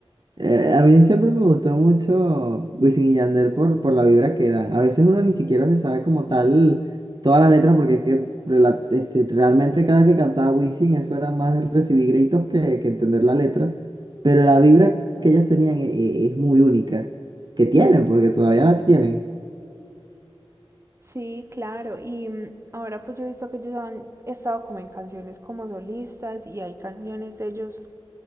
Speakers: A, on the right; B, on the right.
A: Eh, a mí siempre me gustó mucho Wisin y Yandel por, por la vibra que dan. A veces uno ni siquiera se sabe como tal todas las letras porque es que rela- este, realmente cada que cantaba Wisin eso era más recibir gritos que, que entender la letra. Pero la vibra que ellos tenían e- e- es, muy única. Que tienen, porque todavía la tienen.
B: Sí, claro, y mm, ahora pues yo he visto que ellos han estado como en canciones como solistas y hay canciones de ellos